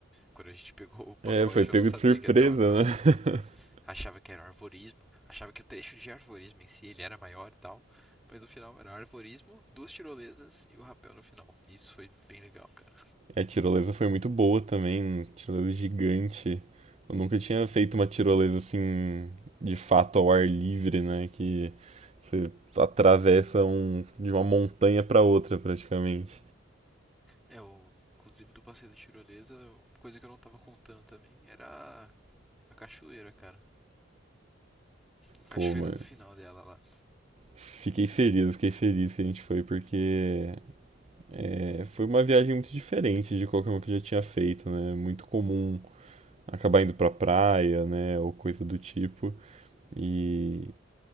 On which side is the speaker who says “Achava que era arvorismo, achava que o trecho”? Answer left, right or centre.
Centre